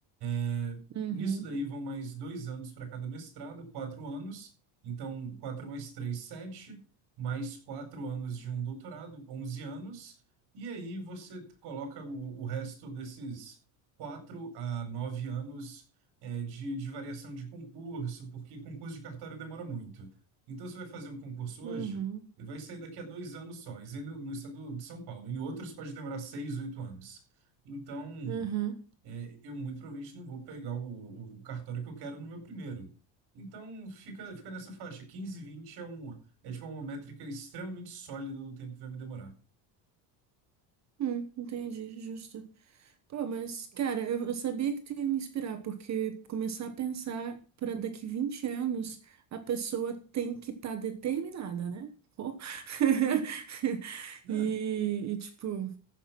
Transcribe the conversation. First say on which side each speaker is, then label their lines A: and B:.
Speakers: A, on the right; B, on the right.
A: É,
B: Uhum,
A: Nisso daí vão mais dois anos para cada mestrado, quatro anos. Então, quatro mais três, sete, mais quatro anos de um doutorado, onze anos. E aí você coloca o, o resto desses quatro a nove anos é, de, de variação de concurso, porque concurso de cartório demora muito. Então, você vai fazer um concurso hoje,
B: uhum,
A: ele vai sair daqui a dois anos só, isso aí no, no estado de São Paulo. Em outros pode demorar seis, oito anos. Então
B: uhum.
A: é, eu muito provavelmente não vou pegar o, o cartório que eu quero no meu primeiro. Então fica, fica nessa faixa. quinze vinte é, um, é tipo uma métrica extremamente sólida do tempo que vai me demorar.
B: Hum, entendi, justo. Pô, mas, cara, eu, eu sabia que tu ia me inspirar, porque começar a pensar pra daqui 20 anos, a pessoa tem que estar determinada, né? Pô. <laughs>
A: Né?
B: E, e, tipo.